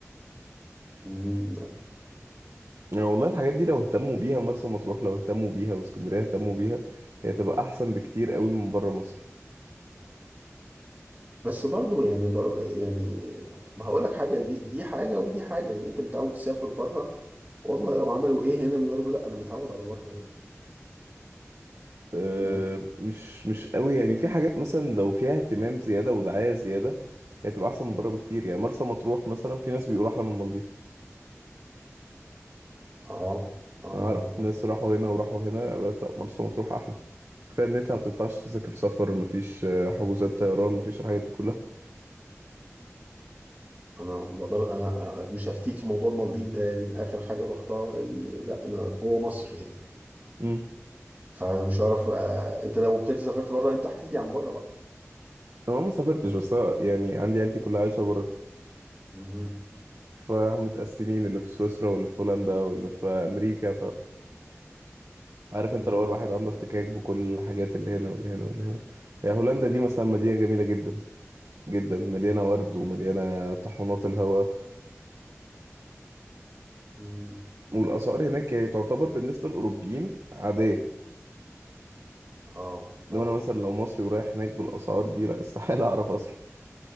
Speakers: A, on the right; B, on the right.
A: مم.
B: يعني والله الحاجات دي لو اهتموا بيها مرسى مطروح لو اهتموا بيها واسكندرية اهتموا بيها هي تبقى احسن بكتير قوي من بره مصر
A: بس برضو يعني برضو يعني ما هقول لك حاجه دي دي حاجه ودي حاجه يعني انت متعود تسافر بره والله لو عملوا ايه هنا برضو لا انا متعود على بره يعني
B: آه،
A: اه
B: مش مش قوي يعني في حاجات مثلا لو فيها اهتمام زيادة ودعاية زيادة هي تبقى أحسن من بره بكتير يعني مرسى مطروح مثلا في ناس بيقولوا أحلى من المالديف
A: اه آه.
B: ما أعرف ناس راحوا هنا وراحوا هنا قالوا لك لأ مرسى مطروح أحلى كفاية إن أنت ما بتدفعش تذاكر سفر مفيش آه، حجوزات طيران مفيش الحاجات دي كلها
A: انا بقدر انا مش هفتيك في موضوع المالديف ده يعني اخر حاجه رحتها يعني لا انا جوه مصر يعني
B: امم
A: فمش عارف آه. انت لو كنت سافرت بره انت احكي لي عن بره بقى
B: أنا ما سافرتش بس أنا يعني عندي عيلتي كلها عايشة بره
A: مهم.
B: فمتقسمين اللي في سويسرا واللي في هولندا واللي في أمريكا فعارف
A: مم.
B: أنت لو الواحد عنده احتكاك بكل الحاجات اللي هنا واللي هنا واللي هنا يعني هولندا
A: اه
B: دي مثلا مدينة جميلة جدا جدا مليانة ورد ومليانة طحونات الهواء
A: مم.
B: والأسعار هناك يعني تعتبر بالنسبة للأوروبيين عادية
A: اه
B: إنما
A: آه.
B: أنا مثلا لو مصري ورايح هناك بالأسعار دي لا استحالة <laughs> أعرف أصرف